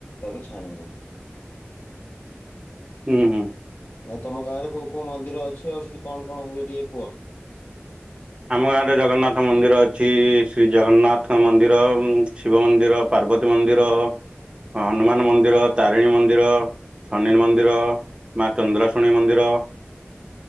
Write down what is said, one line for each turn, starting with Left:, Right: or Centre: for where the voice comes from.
Left: ତାକୁ ଛାଣିମେ।
Right: ଉଁ ହୁଁ।
Left: ଆ ତମ ଗାଁ ରେ କୋଉ କୋଉ ମନ୍ଦିର ଅଛି। ଆଉ ସେଠି କଣ କଣ ହୁଏ ଟିକେ କୁହ।
Right: ଆମ ଗାଁ ରେ ଜଗନ୍ନାଥ ମନ୍ଦିର ଅଛି। ଶ୍ରୀ ଜଗନ୍ନାଥ ମନ୍ଦି ର ଶିବ ମନ୍ଦିର ପାର୍ବତୀ ମନ୍ଦିର। ହନୁମାନ ମନ୍ଦିର ତାରିଣୀ ମନ୍ଦିର। ସନିନ ମନ୍ଦିର ମା ଚନ୍ଦ୍ରାଶୁଣୀ ମନ୍ଦିର।